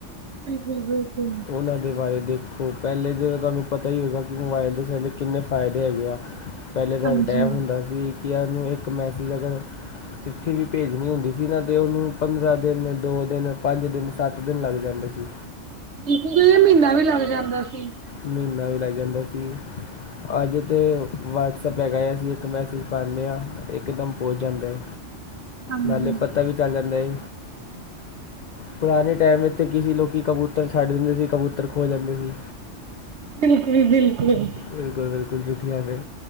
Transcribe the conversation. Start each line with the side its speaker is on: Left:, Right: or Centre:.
Right: ਬਿਲਕੁਲ ਬਿਲਕੁਲ।
Left: ਉਹਨਾਂ ਦੇ ਬਾਰੇ ਦੇਖੋਂ, ਪਹਿਲੇ ਤਾਂ ਤੁਹਾਨੂੰ ਪਤਾ ਹੀ ਹੋਏਗਾ, ਕਿ ਮੋਬਾਇਲ ਦੇ ਸਾਨੂੰ ਕਿੰਨੇ ਫਾਇਦੇ ਹੈਗੇ ਆ। ਪਹਿਲੇ ਤਾਂ
Right: ਹਾਂਜੀ
Left: ਟਾਇਮ ਹੁੰਦਾ ਸੀ, ਕਿ ਇਹਨੂੰ ਇੱਕ ਮੈਸੇਜ ਅਗਰ ਚਿੱਠੀ ਵੀ ਭੇਜਣੀ ਹੁੰਦੀ ਸੀ ਨਾ, ਤੇ ਉਹਨੂੰ ਪੰਦਰਾਂ ਦਿਨ, ਦੋ ਦਿਨ, ਪੰਜ ਦਿਨ, ਸੱਤ ਦਿਨ ਲੱਗ ਜਾਂਦੇ ਸੀ।
Right: ਬਿਲਕੁਲ, ਮਈਨਾਂ ਵੀ ਲੱਗ ਜਾਂਦਾ ਸੀ।
Left: ਮੀਨਾ ਵੀ ਲੱਗ ਜਾਂਦਾ ਸੀ, ਅੱਜ ਤੇ ਵਟਸ ਐਪ ਹੈਗਾ ਐ, ਅਸੀਂ ਇੱਕ ਮੈਸੇਜ ਪਾਨੇ ਆ, ਇਕ ਦਮ ਪਹੁੰਚ ਜਾਂਦਾ ਐ,
Right: ਹਾਂਜੀ।
Left: ਨਾਲੇ ਪਤਾ ਵੀ ਚੱਲ ਜਾਂਦਾ ਐ, ਪੁਰਾਣੇ ਟਾਈਮ ਵਿਚ ਕੀਸੀ ਲੋਕੀ ਕਬੂ ਤਰ ਛੱਡ ਦਿੰਦੇ ਸੀ, ਕਬੂਤਰ ਖੋ ਜਾਂਦੇ ਸੀ।
Right: ਬਿਲਕੁਲ-ਬਿਲਕੁਲ।
Left: ਬਿਲਕੁਲ-ਬਿਲਕੁਲ, ਚਿੱਠੀਆਂ ਨੇ,